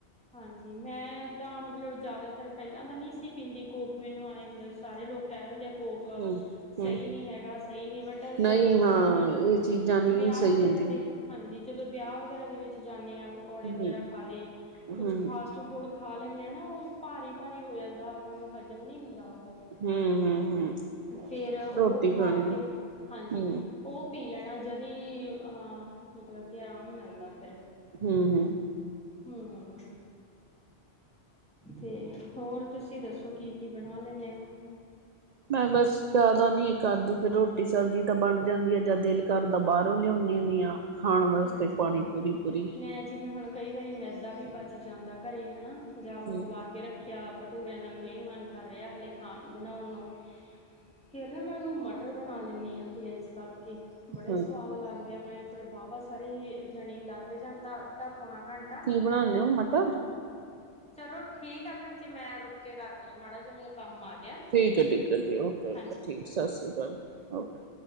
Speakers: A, in the centre; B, on the right.
A: ਹਾਂਜੀ, ਮੈਂ ਤਾਂ ਮਤਲਬ ਜ਼ਿਆਦਾਤਰ ਪਹਿਲਾਂ ਤਾਂ ਨਹੀਂ ਸੀ ਪੀਂਦੀ ਕੋਕ, ਮੈਨੂੰ ਐ ਹੁੰਦੇ ਸੀ ਸਾਰੇ ਲੋਕ ਕਹਿ ਦਿੰਦੇ ਆ ਕੋਕ
B: ਹੂੰ ਹੂੰ
A: ਸਹੀ ਨਹੀਂ ਹੈਗਾ, ਸਹੀ ਨਹੀਂ, ਬਟ
B: ਨਹੀਂ
A: ਜਦੋਂ ਜਿਵੇਂ
B: ਹਾਂ
A: ਹੁਣ
B: ਇਹ ਚੀਜ਼ਾਂ ਨਹੀਂ
A: ਵਿਆਹ
B: ਸਹੀ
A: ਵਗੈਰਾ
B: ਹੁੰਦੀਆਂ।
A: ਦੇ ਹਾਂਜੀ, ਜਦੋਂ ਵਿਆਹ ਵਗੈਰਾ ਦੇ ਵਿੱਚ ਜਾਂਣੇ ਆ, ਪਕੌੜੇ
B: ਹੂੰ
A: ਵਗੈਰਾ ਖਾ ਲਏ, ਕੁਛ
B: ਹੂੰ
A: ਫਾਸਟ ਟ ਫੁਡ ਖਾ ਲੈਂਣੇ ਆ ਨਾ, ਉਹ ਭਾਰੀ- ਭਾਰੀ ਹੋ ਜਾਂਦਾ ਆਪਾਂ ਨੂੰ, ਹਜ਼ਮ ਨਹੀਂ ਹੁੰਦਾ ਉਹ
B: ਹੂੰ, ਹੂੰ, ਹੂੰ।
A: ਫੇਰ ਉਹ
B: ਰੋਟੀ
A: ਖਾ
B: ਪਾਣੀ
A: ਕੇ, ਹਾਂਜੀ
B: ਹੂੰ
A: ਉਹ ਪੀ ਲੈਣਾ, ਜਦੀ ਅਹ ਮਤਲਬ ਕਿ ਆਰਾਮ ਮਿਲਦਾ ਫਿਰ।
B: ਹਮ-ਹਮ।
A: ਹਮ ਤੇ ਹੋਰ, ਤੁਸੀਂ ਦੱਸੋ ਕੀ-ਕੀ ਬਣਾ ਲੈਂਦੇ ਹੋ?
B: ਮੈਂ ਬਸ ਜ਼ਿਆਦਾ ਨੀ ਕਰਦੀ, ਫਿਰ ਰੋਟੀ ਸਬਜ਼ੀ ਤਾਂ ਬਣ ਜਾਂਦੀ ਆ, ਜਾਂ ਦਿਲ ਕਰਦਾ ਬਾਹਰੋਂ ਲਿਆਉਂਦੀ ਹੁੰਦੀ ਆ। ਖਾਣ ਵਾਸਤੇ
A: ਹਾਂਜੀ,
B: ਪਾਣੀ ਪੂਰੀ ਪੂਰੀ
A: ਮੈਂ ਜਿਵੇਂ ਹੁਣ ਕਈ ਵਾਰੀ ਮੈਦਾ ਵੀ ਬਚ ਜਾਂਦਾ ਘਰ ਹੈ ਨਾ, ਜਾਂ ਮੰਗਵਾ
B: ਹੂੰ
A: ਕੇ ਰੱਖ ਖਿਆ ਭਟੂਰਿਆਂ ਦਾ ਨਹੀਂ ਮਨ ਕਰ ਰਿਹਾ, ਹਾਲੇ ਖਾ ਬਣਾਉਣ ਨੂੰ ਫਿਰ ਨਾ ਮੈਂ ਉਹਨੂੰ ਮਟਰ ਬਣਾ ਲੈਂਦੀ ਹਾਂ, ਤੇਲ 'ਚ ਤਲ ਕੇ ਬੜੇ
B: ਹੂੰ
A: ਸਵਾਦ ਲੱਗਦੇ ਆ, ਮੈਂ ਫਿਰ ਬਵਾ ਸਰੀ ਜਾਣੇ ਲਾਗੇ ਜਾਂਦਾ ਅੱਧਾ ਪੌਣਾ ਘੰਟਾ
B: ਕੀ ਬਣਾਉਂਦੇ ਹੋ ਮਟਰ
A: ਚਲੋ ਠੀਕ ਆ ਭੈਣ ਜੀ, ਮੈਂ ਰੁਕੇ ਕੇ ਕਰਦੀ ਹਾਂ, ਮਾੜਾ ਜਿ ਮੈਨੂੰ ਕੰਮ ਆ ਗਿਆ
B: ਠੀਕ ਹੈ, ਠੀਕ ਹੈ ਜੀ, ਓਕੇ
A: ਹਾਂਜੀ
B: ਓ, ਠੀਕ ਸਤਿ ਸ਼੍ਰੀ ਅਕਾਲ, ਓਕੇ।